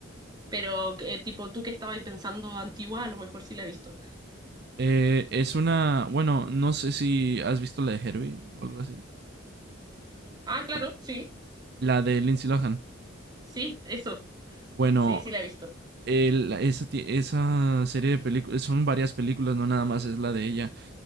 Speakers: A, on the right (about 20°); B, on the right (about 55°).
A: Pero eh, tipo tú que estabas ahí pensando antigua, a lo mejor sí la he visto.
B: Eh, es una, bueno, no sé si has visto la de Herbie o algo así.
A: Ah, claro,
B: con-
A: sí,
B: la de Lindsay Lohan.
A: sí, eso,
B: Bueno,
A: sí, sí la he visto.
B: el- esa, ti- esa serie de películas, son varias películas, no nada más es la de ella.